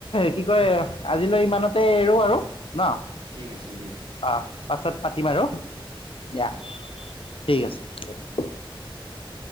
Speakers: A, on the left (about 80°); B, on the right (about 85°).
A: কি কয় আজিলৈ ইমানতে এৰো আৰু ন
B: ঠিক আছে দিয়া
A: অঁ পাছত পাতিম আৰু দিয়া
B: আহ
A: ঠিক আছে হ'ব